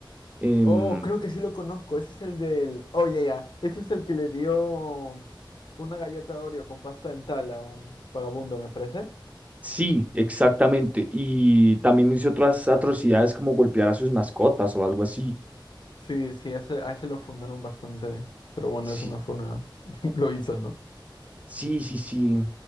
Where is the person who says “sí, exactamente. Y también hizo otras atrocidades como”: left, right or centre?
Right